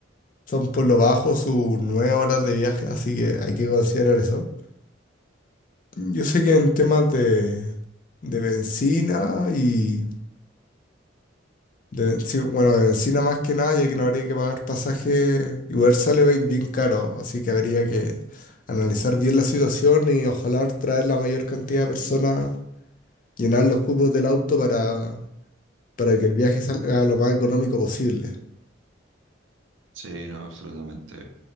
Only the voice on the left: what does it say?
Son por lo bajo sus nueve horas de viaje, así que hay que considerar eso. Yo sé que en temas de, de bencina y de, sí, bueno, de bencina más que nada, ya que no habría que pagar pasaje, igual sale bi- bien caro, así que habría que analizar bien la situación y ojalá traer la mayor cantidad de personas, llenar los cupos del auto para para que el viaje salga lo más económico posible.